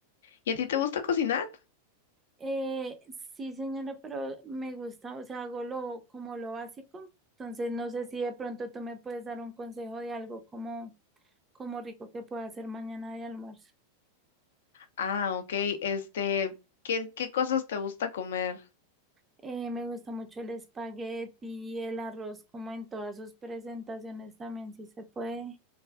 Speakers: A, on the left; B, on the right.
A: ¿Y a ti te gusta cocinar?
B: Eh, sí, señora, pero me gusta, o sea, hago lo como lo básico, entonces no sé si de pronto tú me puedes dar un consejo de algo como como rico que pueda hacer mañana de almuerzo.
A: Ah, ok. Este, ¿qué, qué cosas te gusta comer?
B: Eh, me gusta mucho el espagueti, el arroz, como en todas sus presentaciones también, si se puede.